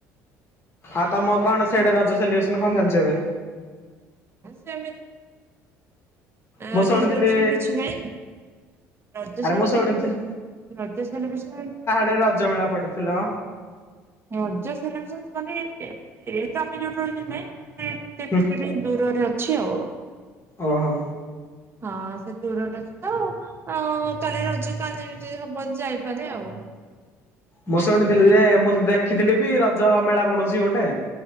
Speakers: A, on the left (about 35°); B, on the right (about 35°).
A: ଆଉ ତମର କଣ ସେଇଆଡେ ରଜ ସେଲିବ୍ରେସନ୍ କଣ ଚାଲିଛି ଏବେ?
B: ସେମିତି। ଆ ରଜ
A: ମୁଁ ଶୁଣିଥିଲି
B: ସେଲିବେସନ୍ କିଛି ନାଇଁ ରଜ
A: ଆରେ
B: ସେଇ
A: ମୁଁ
B: <unintelligible>
A: ଶୁଣିଥିଲି
B: ରଜ୍ ସେଲିବେସନ
A: ରେ ରଜମେଳା ପଡି଼ଥିଲ
B: ରଜ ସେଲିବେସନ ମାନେ ଏ ଏ ତ ଆମେ ଯୋଉଠି ରହିଛୁ <unintelligible> ନାଇଁ
A: ହୁଁ
B: <unintelligible> <unintelligible> ଦୂରରେ ଅଛି ଆଉ।
A: ଓହୋ।
B: ହଁ ସେ ଦୂରରେ ଅଛି ତ ଅ-ଅ-ଅ କାଲି ରଜ କାଲି ଯଦି ହବ ଯାଇପାରେ ଆଉ।
A: ମୁଁ ଶୁଣିଥିଲି ଯେ ମୁଁ ଦେଖିଥିଲି ବି ରଜ ମେଳା ପଡୁଛି ଗୋଟେ।